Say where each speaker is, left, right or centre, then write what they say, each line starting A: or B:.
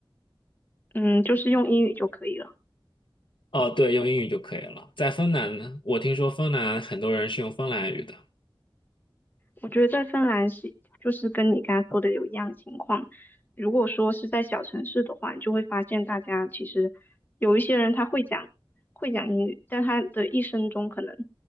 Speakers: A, on the left; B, on the left.
A: 嗯，就是用英语就可以了。
B: 哦，对，用英语就可以了。在芬兰呢，我听说芬兰很多人是用芬兰语的，
A: 我觉得在芬兰是就是跟你刚才说的有一样的情况。如果说是在小城市的话，你就会发现大家其实有一些人他会讲会讲英语，但他的一生中可能